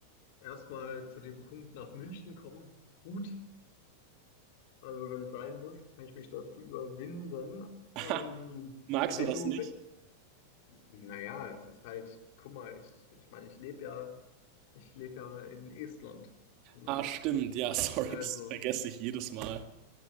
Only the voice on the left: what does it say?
erstmal zu dem Punkt nach München kommen. Gut, also wenn es sein muss, kann ich mich dazu überwinden.
Ähm,
wenn
du,
we- naja, es ist halt, guck mal, ich, ich meine, ich lebe ja, ich lebe ja in Estland. Ne?
Also,